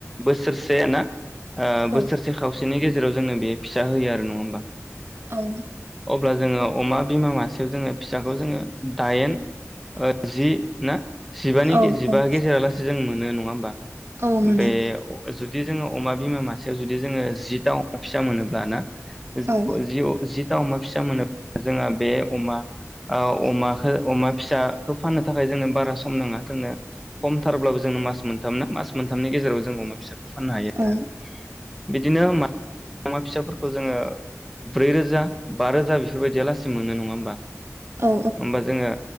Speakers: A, in the centre; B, on the right.
A: बोसोरसे ना ओ
B: औ
A: बोसोरसे खावसे बिनि गेजेराव जोंनो बे फिसा होयो आरो नङा होमबा
B: औ
A: अब्ला जोङो अमा बिमा मासेयाव जोङो फिसाखौ जोङो दाइन ओ जि ना जिबानि
B: औ
A: गे जिबा
B: औ
A: गेजेरालासै मोनो नङा होनोमबा।
B: औ मोनो
A: बे अ जो। बि जुदि जोङो अमा बिमा मासेयाव जुदि जोङो जिथा अमा फिसा मोनोब्ल ना। जिअ
B: औ
A: जिअ जि। दा अमा फिसा मोनोब्ला जोंहा बे अमा अमखौ अमा फिसाखौ फाननो थाखाय जोंनो बारा सम नाङा जोंनो खम थारब्लाबो जों मास मोनथाम ना मास मोनथामनि गेजेराव जोंङो अमा फिसाखौ फाननो हायो
B: औ
A: आरो। बिदिनो मा अमा फिसाफोरखौ जोङो ब्रैरोजा बा रोजा बेफोरबायदि आलासि मोनो नङा होमबा।
B: औ
A: होमबा जोङो